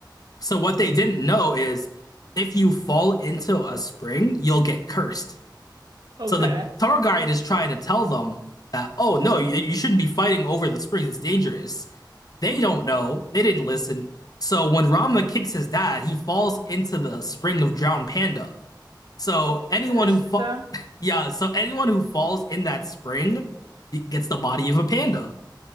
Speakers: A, on the left (about 55°); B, on the right (about 70°).
A: So what they didn't know is, if you fall into a spring, you'll get cursed.
B: okay.
A: So the tour guide is trying to tell them that, oh no, you, you shouldn't be fighting over the springs. It's dangerous. They
B: hmm
A: don't know. They didn't listen. So when Rama kicks his dad, he falls into the spring of drowned panda. So
B: And it
A: anyone
B: curses
A: who fa
B: them.
A: <laughs> yeah, so anyone who falls in that spring gets the body of a panda.